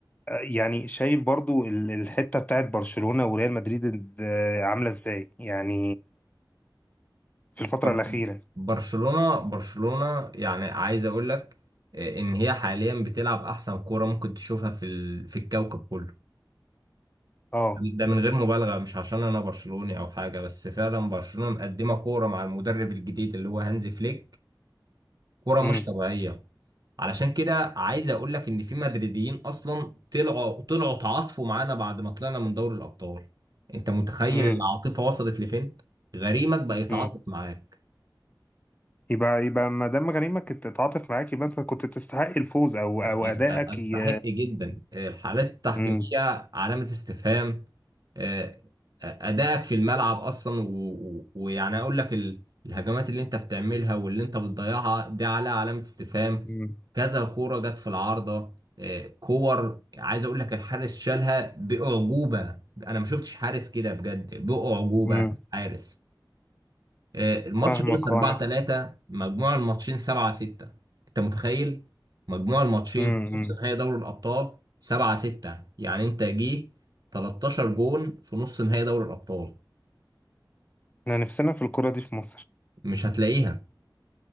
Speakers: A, on the left; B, on the right.
A: يعني شايف برضو ال- الحتة بتاعت برشلونة وريال مدريد ال- آه، عاملة ازاي يعني في الفترة
B: بر-
A: الأخيرة
B: برشلونة برشلونة يعني عايز اقول لك آه، ان هي حاليا بتلعب احسن كورة ممكن تشوفها في ال... في الكوكب كله
A: اه
B: ده من غير مبالغة مش عشان انا برشلوني او حاجة بس فعلا برشلونة مقدمة كورة مع المدرب الجديد اللي هو هانزي فليك كورة مش
A: امم
B: طبيعية علشان كده عايز اقول لك ان في مدريديين اصلا طلعوا طلعوا تعاطفوا معانا بعد ما طلعنا من دوري الابطال انت متخيل
A: امم
B: العاطفة وصلت لفين؟ غريمك بقى يتعاطف
A: امم
B: معاك
A: يبقى يبقى ما دام غريمك كنت تتعاطف معاك يبقى انت كنت تستحق الفوز او او
B: أس-
A: ادائك
B: أستحق
A: ي...
B: جدا الحالات التحكيمية
A: امم
B: علامة استفهام آه، أدائك في الملعب أصلا و- و- ويعني أقول لك ال- الهجمات اللي أنت بتعملها واللي أنت بتضيعها دي عليها علامة استفهام
A: امم
B: كذا كورة جت في العارضة آه، كور عايز أقول لك الحارس شالها بأعجوبة أنا ما شفتش حارس كده بجد بأعجوبة
A: امم
B: حارس آه، الماتش
A: فاهمك
B: خلص 4
A: آه، انا
B: 3 مجموع الماتشين 7 6 انت متخيل مجموع الماتشين
A: امم
B: في
A: امم
B: نص نهائي دوري الابطال 7 6 يعني انت جه 13 جون في نص نهائي دوري الابطال
A: احنا نفسنا في الكرة دي في مصر
B: مش هتلاقيها